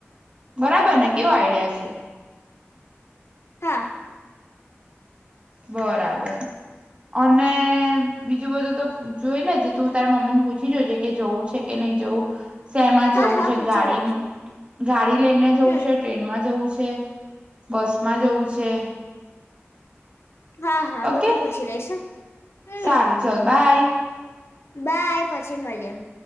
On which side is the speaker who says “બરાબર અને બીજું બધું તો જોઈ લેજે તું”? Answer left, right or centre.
Right